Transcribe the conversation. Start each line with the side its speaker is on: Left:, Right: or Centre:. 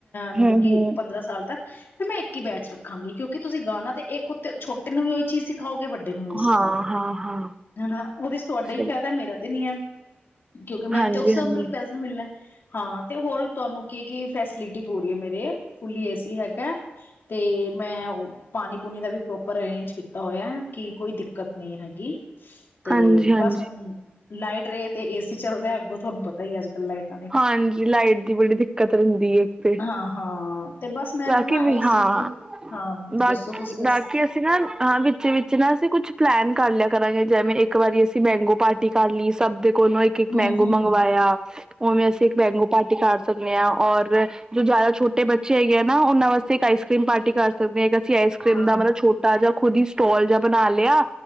Left: ਮਤਲਬ
Right: ਹਮ ਹਮ
Left: ਕੀ ਪੰਦਰਾਂ ਸਾਲ ਤੱਕ ਫ਼ਿਰ ਮੈਂ ਇੱਕ ਹੀ ਬੈਚ ਰੱਖਾਂਗੀ ਕਿਉਂਕਿ ਤੁਸੀਂ ਗਾਣਾ ਤੇ ਇੱਕ ਉੱਤੇ ਛੋਟੇ ਨੂੰ ਵੀ ਉਹੀ ਚੀਜ਼ ਸੀਖ ਸਿਖਾਓਗੇ ਵੱਡੇ ਨੂੰ ਵੀ
Right: ਹਾਂ
Left: ਸਿਖਾਓਗੇ
Right: ਹਾਂ ਹਾਂ
Left: ਹੈ ਨਾ ਉਹਦੇ ਚ ਤੁਹਾਡਾ ਹੀ
Right: ਸਹੀ
Left: ਫਾਇਦਾ ਮੇਰਾ ਤੇ ਨੀ ਹੈ ਕਿਉਂਕਿ ਮੈਨੂੰ
Right: ਹਾਂਜੀ
Left: ਤੇ ਉਸ ਹਿਸਾਬ
Right: ਹਾਂਜੀ
Left: ਨਾਲ ਹੀ ਪੈਸਾ ਮਿਲਣਾ ਹਾਂ ਤੇ ਹੋਰ ਤੁਹਾਨੂੰ ਕੀ ਕੀ ਫੈਸਿਲਿਟੀ ਪੂਰੀ ਹੈ ਮੇਰੇ ਫੁੱਲਲੀ ਏ ਸੀ ਹੈਗਾ ਤੇ ਮੈਂ ਪਾਣੀ ਪੂਣੀ ਦਾ ਵੀ ਪ੍ਰੋਪਰ ਅਰੇਂਜ ਕੀਤਾ ਹੋਇਆ ਕਿ ਕੋਈ ਦਿੱਕਤ ਨਹੀਂ ਹੈਗੀ ਤੇ
Right: ਹਾਂਜੀ ਹਾਂਜੀ
Left: ਬਸ ਹੁਣ ਲਾਈਟ ਰਹੇ ਤੇ ਇਸ ਚੱਲਦੇ ਹ ਅੱਗੋਂ ਤੁਹਾਨੂੰ ਪਤਾ ਹੀ ਅ ਅਜ ਕੱਲ ਲਾਈਟ
Right: ਹਾਂਜੀ ਲਾਈਟ ਦੀ ਬੜੀ ਦਿੱਕਤ ਰਹਿੰਦੀ ਐ ਇੱਕ ਤੇ
Left: ਹਾਂ-ਹਾਂ ਤੇ ਬਸ ਮੈਨੂੰ
Right: ਬਾਕੀ
Left: ਨਾ
Right: ਵੀ
Left: ਇਹੀ
Right: ਹਾਂ
Left: ਸੀ ਕਿ ਹਾਂ
Right: ਬਾਕੀ
Left: ਦੱਸੋ ਤੁਸੀਂ ਦੱਸੋ
Right: ਬਾਕੀ ਅਸੀਂ ਨਾ ਹਾਂ ਵਿੱਚੇ ਵਿੱਚ ਨਾਂ ਅਸੀਂ ਕੁਛ ਪਲੈਨ ਕਰ ਲਿਆ ਕਰਾਂਗੇ ਜਿਵੇਂ ਇੱਕ ਵਾਰੀ ਅਸੀਂ ਮੈਂਗੋ ਪਾਰਟੀ ਕਰ ਲਈ ਸਭ ਦੇ ਉਹਨੂੰ ਇੱਕ ਇੱਕ
Left: ਹੂੰ-ਹੂੰ
Right: ਮੈਂਗੋ ਮੰਗਵਾਇਆ ਉਵੇਂ ਅਸੀਂ ਇੱਕ ਮੈਂਗੋ ਪਾਰਟੀ ਕਰ ਸਕਣੇ ਆਂ ਔਰ ਜੋ ਜ਼ਿਆਦਾ ਛੋਟੇ ਬੱਚੇ ਏ ਨਾ ਉਹਨਾਂ ਵਾਸਤੇ ਇੱਕ ਆਈਸ ਕਰ੍ਰੀਮ ਪਾਰਟੀ ਕਰ ਸਕਦੇ ਆਂ। ਆਈਸ
Left: ਹਾਂ-ਹਾਂ-ਹਾਂ-ਹਾਂ
Right: ਕਰ੍ਰੀਮ ਦਾ ਮਤਲਬ ਛੋਟਾ ਜਿਹਾ ਖੁਦ ਹੀ ਸਟੋਲ ਜ ਬਣਾ ਲਿਆ